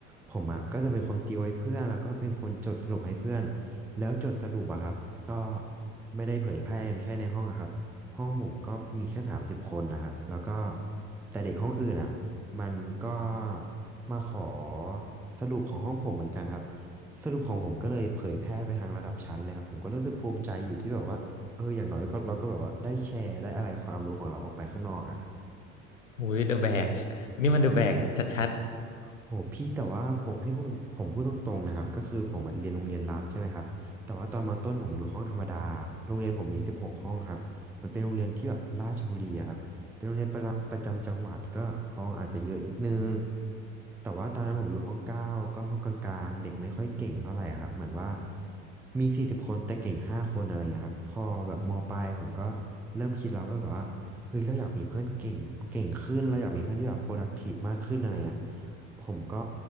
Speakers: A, in the centre; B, on the left.
A: ผมอ่ะก็จะเป็นคนติวให้เพื่อนแล้วก็เป็นคนจดสรุปให้เพื่อน แล้วจดสรุปอะครับก็ไม่ได้เผยแพร่กันแค่ในห้องอะครับห้องผมก็มีแค่สามสิบคนนะครับแล้วก็แต่เด็กห้องอื่นอะมันก็มาขอสรุปของห้องผมเหมือนกันครับสรุปของผมก็เลยเผยแพร่ไปทางระดับชั้นเลยครับผมก็รู้สึกภูมิใจอยู่ที่แบบว่าเอออย่างน้อยก็เราก็แบบว่าได้แชร์ได้อะไรความรู้ของเราออกไปข้างนอกอะ
B: อุ้ยเดอะแบกนี่มันเดอะแบกชัด
A: โหพี่แต่ว่าผมให้พูดผมพูดตรงๆนะครับก็คือผมอะเรียนโรงเรียนรัฐใช่ไหมครับแต่ว่าตอนมต้นผมอยู่ห้องธรรมดาโรงเรียนผมมีสิบหกห้องครับมันเป็นโรงเรียนที่แบบราชบุรีอะครับเป็นโรงเรียนประประจำจังหวัดก็ห้องอาจจะเยอะนิดนึงแต่ว่าตอนนั้นผมอยู่ห้องเก้าก็ห้องกลางๆเด็กไม่ค่อยเก่งเท่าไหร่อะครับเหมือนว่ามีสี่สิบคนแต่เก่งห้าคนอะไรอย่างเงี้ยครับพอแบบมปลายผมก็เริ่มคิดแล้วว่าแบบว่าเฮ้ยเราอยากมีเพื่อนเก่งเก่งขึ้นเราอยากมีเพื่อนที่แบบ productive มากขึ้นอะไรอย่างเงี้ย ผมก็